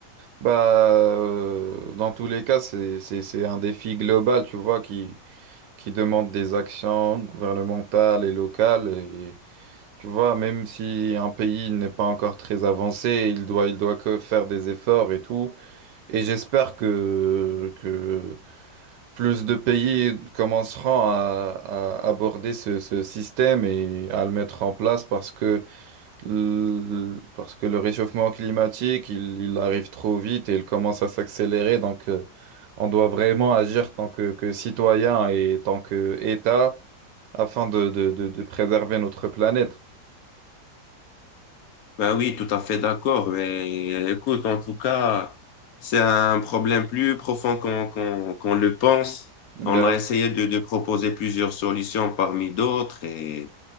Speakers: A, on the right (about 85°); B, on the left (about 65°).
A: Bah, euh, dans tous les cas, c'est, c'est, c'est un défi global, tu vois, qui, qui demandent des actions gouvernementales et locales. Et tu vois, même si un pays n'est pas encore très avancé, il doit, il doit que faire des efforts et tout. Et j'espère que, que plus de pays commenceront à, à aborder ce, ce système et à le mettre en place parce que L- Parce que le réchauffement climatique, il, il arrive trop vite et il commence à s'accélérer. Donc, euh, on doit vraiment agir tant que, que citoyen et tant que État afin de, de, de, de préserver notre planète.
B: Ben oui, tout à fait d'accord. Mais écoute, en tout cas, c'est un problème plus profond qu'on qu'on, qu'on le pense.
A: Ben,
B: On a essayé de, de proposer plusieurs solutions parmi d'autres et